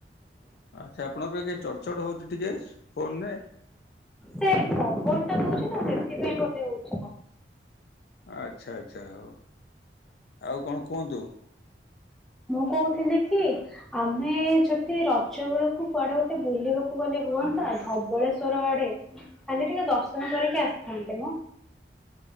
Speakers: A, on the left (about 60°); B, in the centre.
A: ଆଚ୍ଛା ଆପଣଙ୍କର କାଇଁ ଚଡ଼ଚଡ଼ ହଉଛି ଟିକେ ଫୋନରେ।
B: ସେ ପବନ ଟା ଦଉଛି ତ ସେଥିପାଇଁ ବୋଧେ ହଉଛିିମ।
A: ଆଚ୍ଛା ଆଚ୍ଛା ହଉ ଆଉ କଣ କୁହନ୍ତୁ।
B: ମୁଁ କହୁଥିଲି କି ଆମେ ଯଦି ରଜ ବେଳକୁ କୁଆଡେ ଗୋଟେ ବୁଲିବାକ୍ କୁ ଗଲେ ହୁଅନ୍ତା ଧବଳେଶ୍ଵର ଆଡେ ଖାଲି ଟିକେ ଦର୍ଶନ କରିକି ଆସିଥାନ୍ତେ ମ।